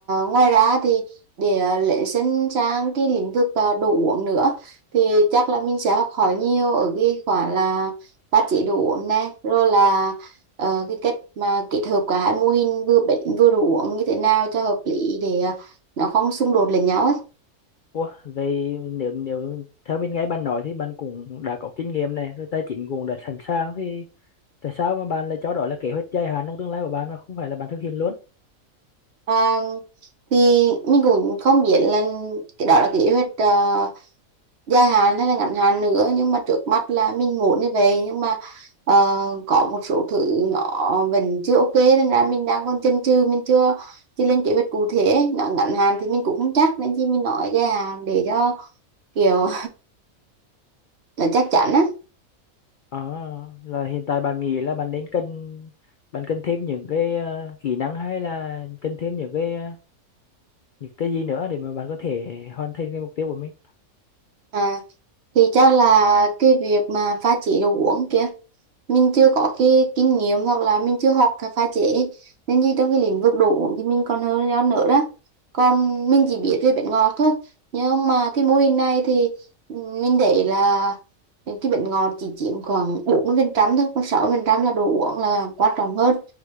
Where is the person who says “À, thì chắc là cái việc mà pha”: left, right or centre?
Right